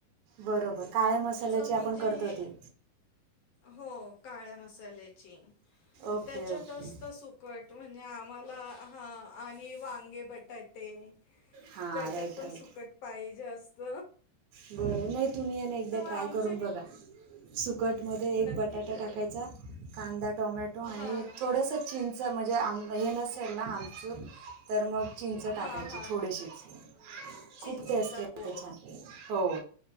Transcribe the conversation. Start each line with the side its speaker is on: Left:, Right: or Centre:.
Right: बरोबर काळे्या मसाल्याची
Left: म्हणजे
Right: आपण करतो
Left: हे
Right: त
Left: हो काळ्या मसाल्याची
Right: ओके
Left: त्याच्यातत
Right: ओके
Left: सुकट म्हणजे आम्हाला हा आणि वांगे बटाटे
Right: हां
Left: त्याच्यात
Right: राईट
Left: पण
Right: राईट
Left: सुकट पायज जास्त.
Right: बरं नाही तुम्ही ये ना एकदा ट्राय
Left: आमच्या
Right: करून बघा सुकट. मध्ये
Left: नक्की
Right: एक बटाटा
Left: करेल.
Right: टाकायचा कांदा टोमॅटो आणि
Left: हां, हां.
Right: थोडस चिं ं म्हणजे आम हे नसेल ना आमचं. तर मग चिंच टाकायची
Left: हां, हां.
Right: थोडीशीच
Left: चिंचेचा
Right: खूप टेस्ट आहे
Left: कोळ.
Right: त्या छान. हो